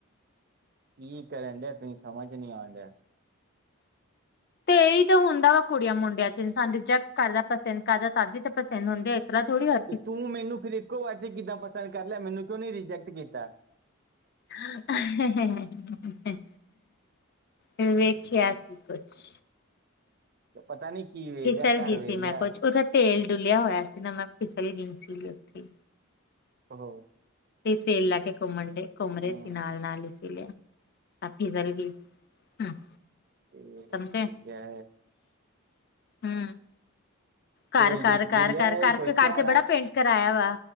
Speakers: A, on the right; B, on the left.
A: ਕੀ ਕਰਨ ਰਹੇ? ਤੁਸੀਂ ਸਮਝ ਨਹੀਂ ਆ ਰਿਹਾ।
B: ਤੇ ਇੱਹੀ ਤੇ ਹੁੰਦਾਂ ਵਾ ਕੁੜੀਆਂ ਮੁੰਡਿਆਂ ਚ, ਇਨਸਾਨ ਰਿਜੈਕਟ ਕਰਦਾਂ, ਪਸੰਦ ਕਰਦਾਂ ਤਦੀ ਤੇ ਪਸੰਦ ਹੁੰਦੇ। ਥੋੜੀ <unintelligible>
A: ਤੇ, ਤੂੰ ਮੈਨੂੰ ਫਿਰ ਇੱਕੋ ਵਾਰ ਤੇ ਕਿੱਦਾਂ ਪਸੰਦ ਕਰ ਲਿਆ, ਮੈਨੂੰ ਕਿਉ ਨਹੀਂ ਰਿਜੈਕਟ ਕੀਤਾ?
B: ਹੈ, ਹੈ, ਹੈ, ਵੇਖਿਆਿ ਸੀ ਕੁਛ।
A: ਪਤਾ ਨੀ ਕੀ ਵੇ
B: ਫਿਸਲ
A: ਲਿਆ, ਘਰ
B: ਗਈ
A: ਵੇਹ
B: ਸੀ
A: ਲਿਆ।
B: ਮੈਂ ਕੁੱਝ ਉਹਦਾ ਤੇਲ ਡੁਲਿਆ ਹੋਇਆ ਸੀ ਨਾ, ਮੈਂ ਫਿਸਲ ਗਈ ਸੀ ਉੱਥੇ।
A: ਹਲੋ।
B: ਤੇ ਤੇਲ ਲਾ ਕੇ ਘੁੰਮਣ ਡ ਘੁੰਮ
A: ਅ
B: ਰਹੇ ਸੀ, ਨਾਲ ਨਾਲ ਹੀ ਸੀ। ਤਾਂ ਫੀਜ਼ਲ ਗ ਹ <unintelligible>
A: ਤੇ
B: ਸਮਝੇ,
A: ਦੂਜਾ
B: ਹੁ।
A: ਤੇਲ
B: ਘਰ, ਘਰ,
A: ਡੁ ਡੁੱਲਿਆ
B: ਘਰ, ਘਰ
A: ਹੋਇਆ
B: ਕਰਕੇ
A: ਸੋਚਿਆ
B: ਘਰ
A: ਹੋਣਾ
B: ਚ ਬੜਾ ਪੇਂਟ ਕਰਾਇਆ ਵਾ,